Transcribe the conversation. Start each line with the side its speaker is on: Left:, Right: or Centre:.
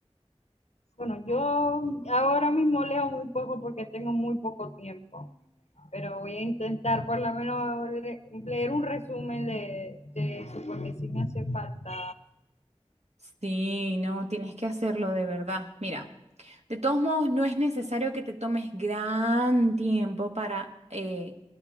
Left: Bueno, yo ahora mismo leo muy poco porque tengo muy poco tiempo, pero voy a intentar por lo menos leer un resumen de, de eso, porque sí me hace falta
Right: Sí, no, tienes que hacerlo de verdad. Mira, de todos modos, no es necesario que te tomes gran tiempo para eh,